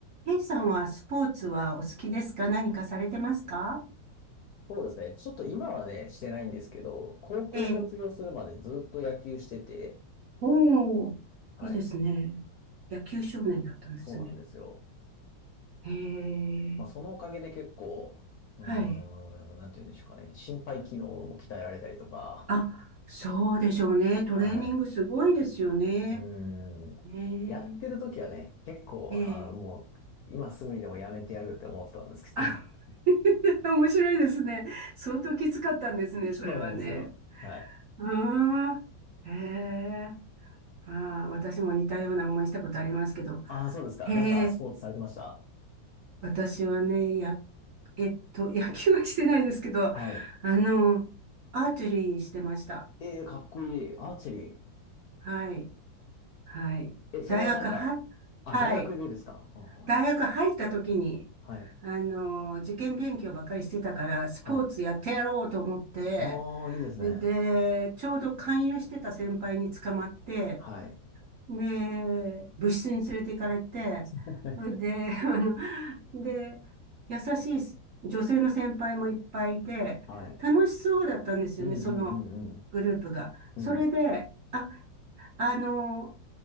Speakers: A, on the right (about 65°); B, on the left (about 70°).
A: ケイさんはスポーツはお好きですか何かされてますか
B: そうですね。ちょっと今はね、してないんですけど、高校卒業するまでずっと野球してて、
A: ええ。おー、
B: はい。
A: いいですね。野球少年だったんですね。
B: そうなんですよ。
A: へえ、
B: まあ、そのおかげで結構、うーん、
A: はい。
B: なんて言うんでしょうかね。心肺機能も鍛えられたりとか、
A: あ、そうでしょうね。トレーニングすごいですよね。
B: はい。うーん。
A: ね
B: やってる時はね、結構、
A: え、ええ。
B: あーもう、今すぐにでもやめてやるって思ってたんですけど。
A: あ
B: <laughs>
A: <laughs>、面白いですね。相当きつかったんですね、
B: そうなんですよ。
A: それはね。
B: はい。
A: ああ、へえ。ああ、私も似たような思いしたことありますけど。
B: ああ、そうですか。
A: へえ。
B: なんかスポーツされてました
A: 私はね、や、えっと、<laughs> 野球はしてないですけど、
B: はい。
A: あの、アーチェリーしてました。
B: ええかっこいい。アーチェリー。
A: はい。はい。
B: え、それはなんか、
A: 大学は、
B: あ、
A: はい。
B: 大学でですかほうほう
A: 大学入った時に、
B: はい。
A: あの、受験勉強ばっかりしてたから、スポーツやってやろうと思って、
B: はい。ああ、いいですね。
A: それで、ちょうど勧誘してた先輩に捕まって、
B: はい。
A: で、部室に連れて行かれて、
B: <laughs>
A: それで、<laughs> あの、で、優しい女性の先輩もいっぱいいて、
B: はい。
A: 楽しそうだったんですよね、
B: うんうんうんうん。
A: そのグループが。
B: うん。
A: それで、あ、あの、